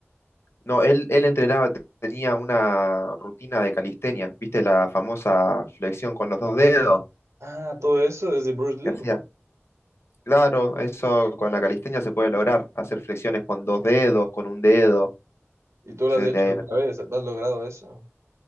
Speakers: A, on the left; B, on the right.
A: no, él, él entrenaba, te- tenía una rutina de calistenia, viste la famosa flexión con los dos dedos
B: Ah, todo eso desde Bruce Lee.
A: que hacía. Claro, eso con la calistenia se puede lograr, hacer flexiones con dos dedos, con un dedo.
B: ¿Y tú
A: se
B: lo has hecho
A: te-
B: alguna vez? ¿Has logrado eso?